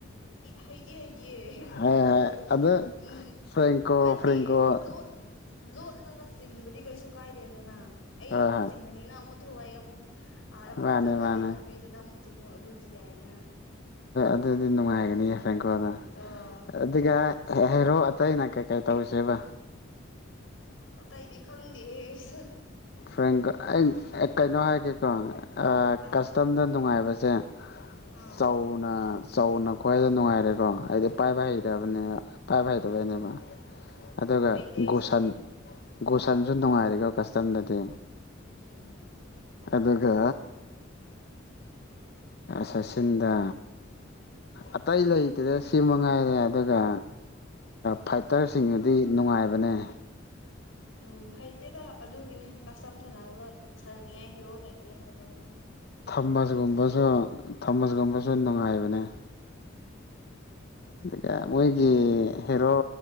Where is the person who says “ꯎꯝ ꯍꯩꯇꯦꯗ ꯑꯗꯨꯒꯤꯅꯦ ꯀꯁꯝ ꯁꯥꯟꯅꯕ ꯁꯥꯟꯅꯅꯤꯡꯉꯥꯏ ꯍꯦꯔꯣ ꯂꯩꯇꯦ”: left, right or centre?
Left